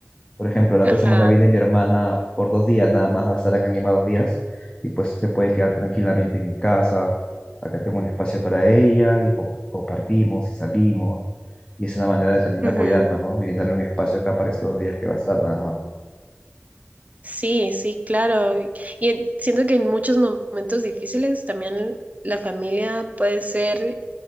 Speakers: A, on the left (about 20°); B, on the right (about 30°).
A: Por ejemplo, la
B: Ajá.
A: otra semana viene mi hermana por dos días nada más, va a estar acá en Lima dos días y pues se puede quedar tranquilamente en mi casa. Acá tengo un espacio para ella y co- compartimos y salimos. Y es una manera de- también
B: Ujú.
A: de apoyarla, ¿no? Y brindarle un espacio acá para estos dos días que va a estar nada más.
B: Sí, sí, claro. Y eh, siento que en muchos momentos difíciles también la familia puede ser